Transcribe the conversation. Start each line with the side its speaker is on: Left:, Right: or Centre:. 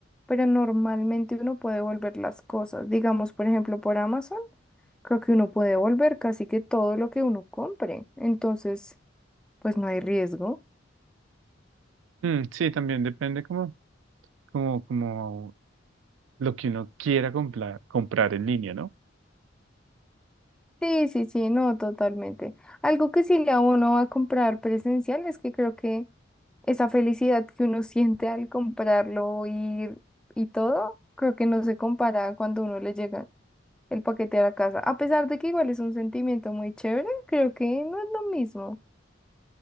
Centre: pero normalmente uno puede volver las cosas. Digamos, por ejemplo, por Amazon, creo que uno puede volver casi que todo lo que uno compre. Entonces, pues no hay riesgo.
Right: Mm, sí, también depende como, como, como lo que uno quiera comprar, comprar en línea, ¿no?
Centre: Sí, sí, sí, no, totalmente. Algo que sí le da uno a comprar presencial es que creo que esa felicidad que uno <laughs> siente al comprarlo y, y todo, creo que no se compara cuando uno le llega el paquete a la casa. A pesar de que igual es un sentimiento muy chévere, creo que no es lo mismo.